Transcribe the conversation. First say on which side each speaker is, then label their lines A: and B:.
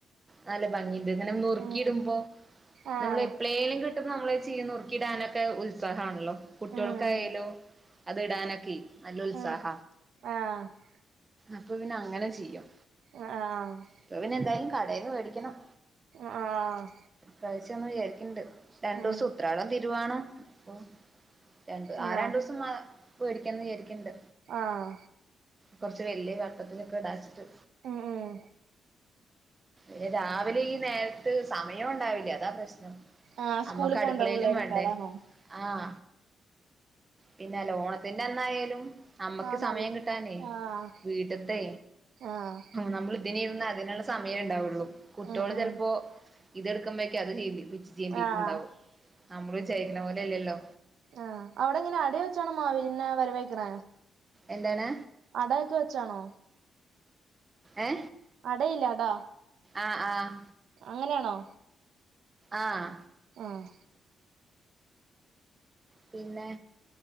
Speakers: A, on the right; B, on the right.
A: നല്ല ഭംഗിയുണ്ട്, ഇങ്ങനെ നറുക്കിയിടുമ്പോ
B: ഉം ആഹ്
A: നമ്മള് ഏ- പ്ലേലും കിട്ടുമ്പോ നമ്മള് ചീന്ന് ഉറുക്കിടാനൊക്കെ- ഉത്സാഹമാണല്ലോ, കുട്ടികൾക്കായാലും.
B: ഉം ഉം
A: അത് ഇടാനൊക്കെ നല്ല ഉത്സാഹ,
B: ഉം ആഹ്
A: അപ്പോ പിന്നെ അങ്ങനെ ചെയ്യും.
B: ആ ആ..
A: ഇപ്പൊ പിന്നെ എന്തായാലും കടയിൽന്ന് മേടിക്കണം.
B: ആഹ്
A: പ്രാവശ്യം ഒന്ന വിചാരിക്കണ്ട്, രണ്ടു
B: ഉം
A: ദിവസം ഉത്രാടം, തിരുവോണം. ഓ രണ്ട്
B: ആഹ്
A: ആ രണ്ടു ദിവസം പേടിക്കന്ന് വിചാരിക്കണ്ട്.
B: ആഹ...
A: കൊറച്ച് വലിയ വട്ടത്തിലൊക്കെ ഇടാച്ചിട്ട്.
B: ഉം ഉം
A: ഉ രാവിലെ ഈ നേരത്ത് സമയം- ഉണ്ടാവില്ല അതാ പ്രശ്നം.
B: ആഹ് സ്കൂളിൽ
A: അമ്മക്ക് അടുക്കളയിലും
B: പോണ്ടോ പിള്ളേരൊക്കെ
A: വേണ്ടേ?
B: അതാണോ
A: ആഹ... പിന്നെ ഓണത്തിന്റെ അന്നായാലും- നമ്മക്ക്
B: ആഹ്
A: സമയം
B: നല്ല
A: കിട്ടാനേ
B: ആഹ്
A: വീട്ടത്തെ,
B: ആഹ്
A: നമ്മള്- ഇതി ഇരുന്ന് അതിനുള്ള സമയമ ഉണ്ടാവുള്ളൂ, കുട്ടികള്
B: ഉം ഉം
A: ചിലപ്പോ- ഇതെടുക്കുമ്പോഴക്കെ അത് ചെയ്- ട്ടുണ്ടാവും
B: ആഹ്
A: നമ്മള് വിചാരിക്കുന്ന പോലെയല്ലല്ലോ.
B: ആ അവിടെ എങ്ങനെ അട- വെച്ചണോ മാവേലിനെ വരവെൽക്കുനെ.
A: എന്താണ്?
B: അടൊക്കെ വെച്ചാണോ?
A: ഏ..
B: അടയില്ലേ അട.?
A: ആഹ ആഹ..
B: അങ്ങനെയാണോ?
A: ആഹ
B: ആഹ്
A: പിന്നെ,